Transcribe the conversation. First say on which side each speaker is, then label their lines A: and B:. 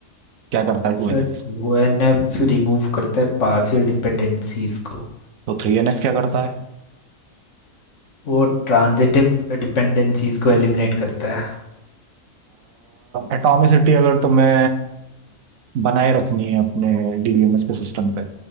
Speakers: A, on the right; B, on the left.
A: क्या करता है टू
B: Sir
A: एन एफ
B: two N F remove करता है पार्शियल डिपेंडेंसीज को
A: तो थ्री एन एफ क्या करता है
B: वो ट्रांजिटिव डिपेंडेंसीज को एलिमिनेट करता
A: एटॉमिसिटी अगर तुम्हें बनाए रखनी है अपने डीबीएमएस के सिस्टम पे